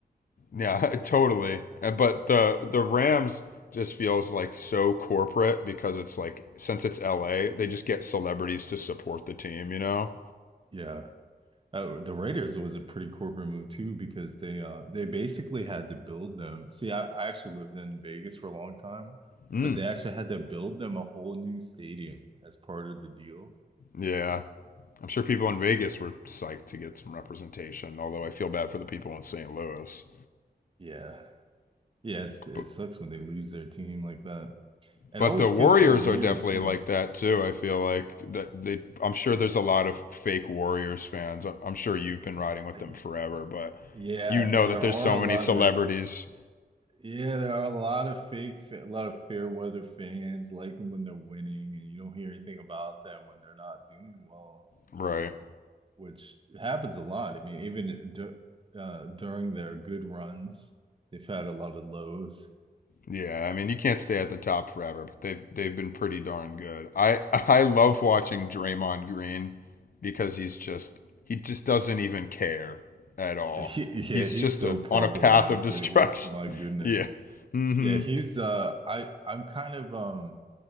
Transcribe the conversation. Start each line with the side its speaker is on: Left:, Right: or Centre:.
Left: Yeah, <laughs> totally. Uh, But the the Rams just feels like so corporate because it's like since it's LA, they just get celebrities to support the team, you know?
Right: Yeah. Uh, the Raiders was a pretty corporate move too because they uh they basically had to build them. See, I, I actually lived in Vegas for a long time,
Left: Mm.
Right: but they actually had to build them a whole new stadium as part of the deal.
Left: Yeah. I'm sure people in Vegas were psyched to get some representation, although I feel bad for the people in St. Louis.
Right: Yeah. Yeah, it's it
Left: But
Right: sucks when they lose their team like that. It
Left: but
Right: always
Left: the
Right: feels
Left: Warriors
Right: so weird
Left: are definitely
Right: too.
Left: like that too. I feel like that they I'm sure there's a lot of fake Warriors fans. I'm sure you've been riding with
Right: I,
Left: them forever, but
Right: yeah,
Left: you know
Right: there
Left: that there's
Right: are
Left: so
Right: a
Left: many
Right: lot
Left: celebrities.
Right: of yeah, there are a lot of fake, fa- a lot of fair weather fans like them when they're winning, and you don't hear anything about them when they're not doing well.
Left: Right.
Right: which happens a lot. I mean, even d uh, during their good runs, they've had a lot of lows. <laughs>
Left: Yeah, I mean you can't stay at the top forever, but they they've been pretty darn good. I I love watching Draymond Green because he's just he just doesn't even care at all.
Right: He,
Left: He's
Right: yeah, he's
Left: just
Right: so
Left: a,
Right: problematic
Left: on a path of destruction.
Right: lately. My goodness.
Left: <laughs> yeah. Mm-hmm.
Right: Yeah, he's uh I I'm kind of um